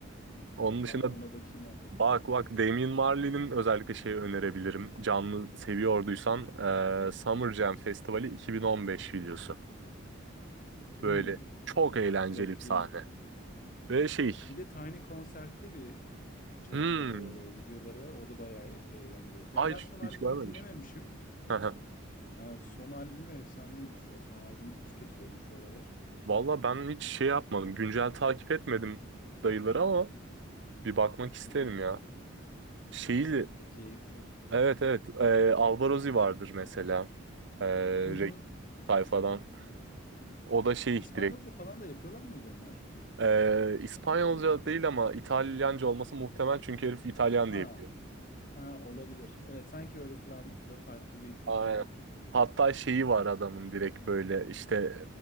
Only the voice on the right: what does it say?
Onun
dışında
bak bak Damian Marley'nin özellikle şeyi önerebilirim. Canlı seviyorduysan eee Summer Jam Festivali 2015 videosu. Böyle
çok eğlenceli
bir sahne. Ve şey
hmm,
ay
hiç,
hiç görmemiş.
<laughs>
Valla ben hiç şey yapmadım. Güncel takip etmedim dayıları ama bir bakmak isterim
ya. Şeyi
Evet evet. Ee, Albarozzi vardır mesela. Ee,
Re- sayfadan. O da şey
direkt
ee, İspanyolca değil ama İtalyanca olması muhtemel çünkü herif İtalyan
diye biliyorum.
Aynen.
Hatta şeyi var adamın direkt böyle işte